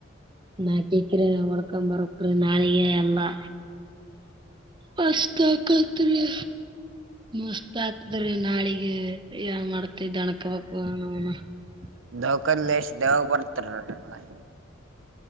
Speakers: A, on the right; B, on the right.
A: ನಾಕ್ ಎಕ್ರಿ ಹೊಡ್ಕೊ ಬರಕ್ರಿ ನಾಳಿಗೆ ಎಲ್ಲಾ. ಮಸ್ತಕಾತ್ರಿ. ಮಸ್ತ್ ಅಕದ್ರಿ ನಾಳಿಗೆ ಏನ್ ಮಾಡ್ತಿ. <unintelligible>
B: ದವಕದಲೆಷ್ಟ್ ದವಾಗ ಬರ್ತಾದ್ರಿ ನಿಮ್ಗ.